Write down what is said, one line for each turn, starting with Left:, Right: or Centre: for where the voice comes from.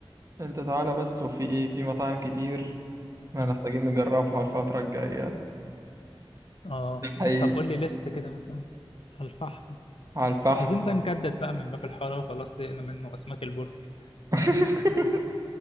Right: انت تعالى بس وفي ايه في مطاعم كتير ما
Left: مم.
Right: محتاجين نجربها الفتره الجايه
Left: اه
Right: حقيقي
Left: طب قول لي ليست كده مثلا الفحم
Right: على الفحم
Left: عايزين بقى نجدد بقى من باب الحاره وخلاص زهقنا منه اسماك البرك
Right: <laughs>